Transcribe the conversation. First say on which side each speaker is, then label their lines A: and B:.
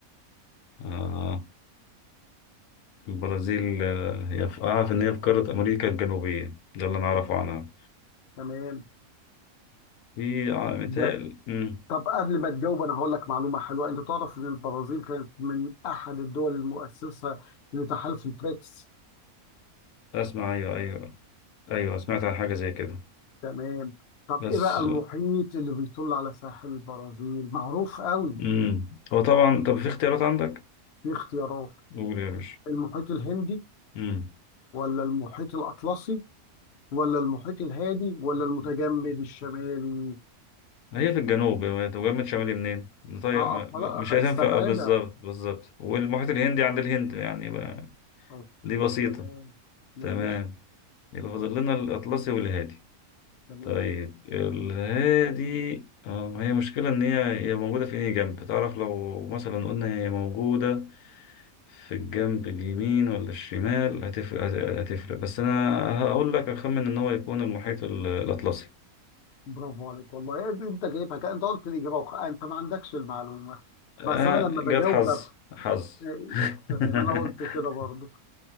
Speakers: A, on the left (about 80°); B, on the left (about 60°).
A: آه. البرازيل آه، هي في أعرف إن هي في قارة أمريكا الجنوبية ده اللي أنا أعرفه
B: مم.
A: عنها
B: تمام
A: في ع- متهيألي
B: ده
A: أمم،
B: طب قبل ما تجاوب انا هقول لك معلومة حلوة انت تعرف ان البرازيل كانت من احد الدول المؤسسة لتحالف البريكس
A: أسمع أيوه أيوه أيوه سمعت عن حاجة زي كده
B: تمام طب
A: بس
B: ايه بقى المحيط اللي بيطل على ساحل البرازيل معروف قوي
A: أمم هو طبعا طب في اختيارات عندك؟
B: في اختيارات
A: قول يا باشا
B: المحيط الهندي
A: أمم
B: ولا المحيط الأطلسي ولا المحيط الهادي ولا المتجمد الشمالي
A: هي في الجنوب هي جنب شمالي منين؟ طيب
B: اه
A: ما-
B: اه خلاص
A: ما- مش
B: آه،
A: هتنفع
B: استبعدها
A: آه، بالظبط بالظبط والمحيط الهندي عند الهند يعني ما-
B: آه،
A: دي بسيطة
B: تمام ماشي
A: تمام يبقى فاضل لنا الأطلسي والهادي
B: تمام
A: طيب الهادي اه هي مشكلة إن هي هي موجودة في أي جنب تعرف لو مثلا قلنا هي موجودة في الجنب اليمين ولا الشمال هتفرق هت- هتفرق بس أنا هقول لك أخمن إن هو يكون المحيط ال- الأطلسي
B: برافو عليك والله إيه، انت جايبها كده انت قلت الاجابه وخ... انت ما عندكش المعلومه
A: آه
B: بس انا لما بجاوب
A: جت حظ
B: بب...
A: حظ
B: آه،
A: <laughs>
B: تمام انا قلت كده برضو